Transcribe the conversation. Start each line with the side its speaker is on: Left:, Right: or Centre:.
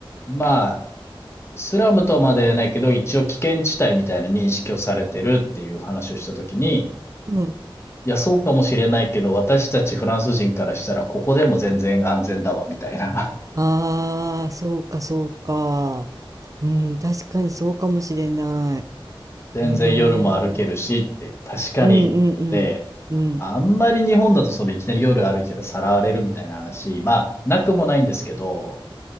Left: まあ、スラムとまでは言えないけど、一応危険地帯みたいな認識をされてるっていう話をした時に、
Right: うん。
Left: いや、そうかもしれないけど、私たちフランス人からしたら、ここでも全然安全だわ、みたいな。
Right: ああ、そうか、そうか。うん、確かにそうかもしれない。
Left: <laughs> 全然夜も歩けるしって、
Right: ね
Left: 確かに、
Right: え。うんうんうん。
Left: と思って、
Right: うん。
Left: あんまり日本だとそのいきなり夜歩いててさらわれるみたいな話、まあ、なくもないんですけど、